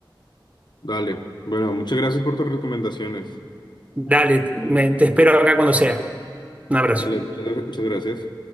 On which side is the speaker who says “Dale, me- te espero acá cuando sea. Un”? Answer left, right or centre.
Right